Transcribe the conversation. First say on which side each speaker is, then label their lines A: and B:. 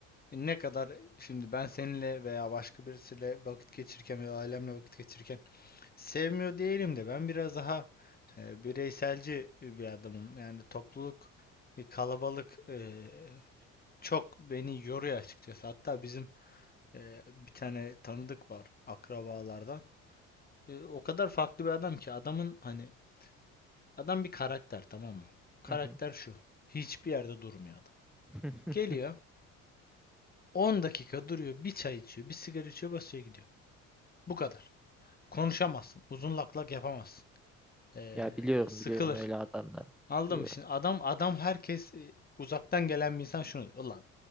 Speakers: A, on the left (about 25°); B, in the centre.
A: Ne kadar şimdi ben seninle veya başka birisiyle vakit geçirirken veya ailemle vakit geçirirken sevmiyor diyelim de ben biraz daha e, bireyselci bir adamım. Yani topluluk, e, kalabalık e, çok beni yoruyor açıkçası. Hatta bizim e, bir tane tanıdık var akrabalardan. E, o kadar farklı bir adam ki adamın hani adam bir karakter tamam mı? Karakter
B: Hı hı.
A: şu. Hiçbir yerde durmuyor adam.
B: <laughs>
A: Geliyor 10 dakika duruyor bir çay içiyor bir sigara içiyor basıyor gidiyor. Bu kadar. konuşamazsın. Uzun lak lak yapamazsın. Ee,
B: Ya biliyorum
A: sıkılır.
B: biliyorum öyle adamları.
A: Anladın
B: Biliyorum.
A: mı? Şimdi adam adam herkes e, uzaktan gelen bir insan şunu diyor. Ulan